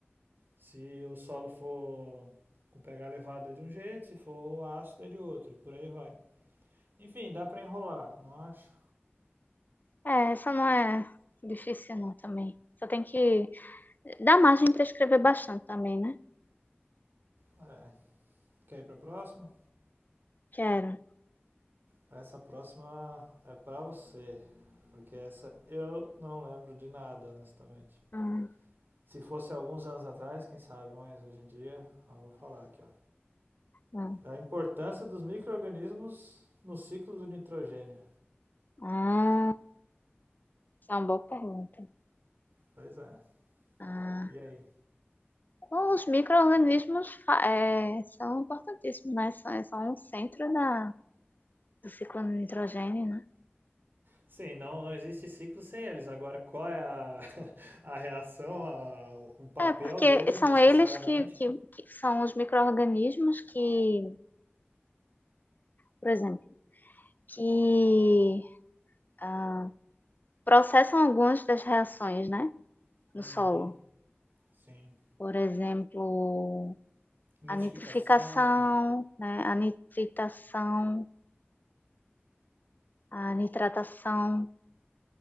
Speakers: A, on the right (about 55°); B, on the left (about 45°).
A: Se o solo for com pH elevado é de um jeito, se for ácido é de outro, e por aí vai. Enfim, dá para enrolar, não acho?
B: É, essa não é difícil não também. Só tem que dar margem para escrever bastante também, né?
A: É. Quer ir para a próxima?
B: Quero.
A: Essa próxima é para você, porque essa eu não lembro de nada, honestamente.
B: Ah,
A: Se fosse alguns anos atrás, quem sabe, mas hoje em dia, eu vou falar aqui, ó.
B: ah,
A: A importância dos micro-organismos no ciclo do nitrogênio.
B: ah, essa é uma boa pergunta.
A: Pois é.
B: Ah,
A: E aí?
B: bom, os micro-organismos fa- é, são importantíssimos, né? São, são o centro da, do ciclo do nitrogênio, né?
A: Sim, não, não existe ciclo sem eles. Agora, qual é a, <laughs> a reação, a- o papel
B: É, porque
A: deles
B: são
A: necessariamente?
B: eles que, que, que são os micro-organismos que, por exemplo, que ah, processam algumas das reações, né, no
A: Uhum,
B: solo.
A: sim.
B: Por exemplo,
A: Nitrificação
B: a nitrificação, né, a nitritação, a nitratação,